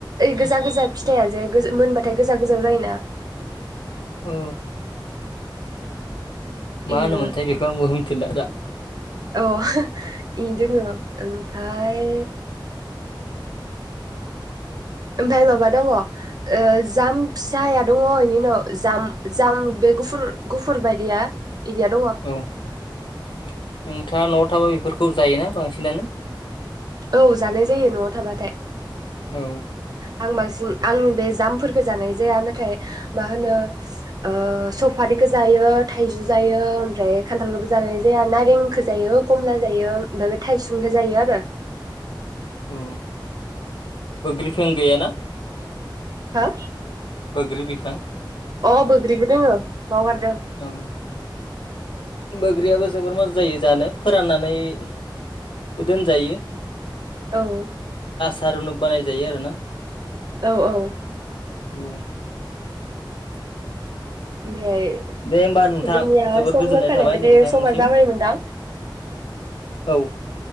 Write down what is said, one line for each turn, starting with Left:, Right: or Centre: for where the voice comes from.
Right: ओइ
Left: औ
Right: गोजा गोजा फि <unintelligible> जाया मोनबाथाय गोजा गोजा जायोना
Left: औ मा
Right: इयो
Left: होनोमोनथाय बेखौ आंबो मिथिला दा
Right: अ इ दोङो ओमफाय ओमफ्राय माबा दङ जाम फिसाया दङ बेनि उनाव जाम जाम बे गुफुर गुफुर बायदिया इदिया दङ
Left: औ नोंथाङा न'आव थाबा बेफोरखौ जायोना बा सिनानो
Right: औ जानाय जायो न'आव थाबाथाय-'
Left: औ
Right: आं बांसिन आं बे जामफोरफोरखौ जानाय जाया नाथाय मा होनो ओ सफारिखौ जायो थाइजौ जायो ओमफ्राय खान्थालखौबो जानाय जाया नारेंखौ जायो कमला जायो ओमफ्राय बे थायसुंखौ जायो आरो।
Left: औ बोग्रि बिफां गैयाना।
Right: हा
Left: बोग्रि बिफां।
Right: औ बोग्रिबो दोङो। बावगारदों
Left: औ बोग्रिया बो जोबोर मोजां जायो जानो फोराननानैबो दोनजायो।
Right: औ
Left: सारुनु बानाय जायो आरो ना।
Right: औ औ
Left: औ
Right: ओमफ्राय
Left: दे होमबा नोंथां
Right: जोंनिया
Left: जोबोर
Right: सम
Left: गोजोननाय
Right: होखानाय
Left: थाबाय
Right: बायदि
Left: नोंथांनिसिम
Right: समा जाबायमोनदां
Left: औ